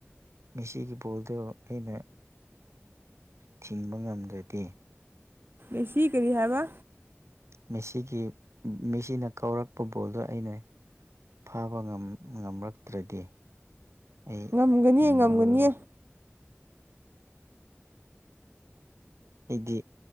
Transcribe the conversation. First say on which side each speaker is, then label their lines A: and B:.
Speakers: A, on the right; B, on the right.
A: ꯃꯤꯁꯤꯒꯤ ꯄꯣꯜꯗꯣ ꯑꯩꯅ ꯊꯤꯡꯕ ꯉꯝꯗ꯭ꯔꯗꯤꯦ
B: ꯦꯁꯤ ꯀꯔꯤ ꯍꯥꯏꯕ
A: ꯃꯦꯁꯤꯒꯤ ꯃꯤꯦꯁꯤꯅ ꯀꯧꯔꯛꯄ ꯕꯣꯜꯗꯣ ꯑꯩꯅ ꯐꯥꯕ ꯉꯝꯔꯛꯇ꯭ꯔꯗꯤ ꯑꯩ
B: ꯉꯝꯒꯅꯤ
A: ꯃꯃ
B: ꯉꯝꯒꯅꯤ
A: ꯑꯣꯏ ꯑꯩꯗꯤ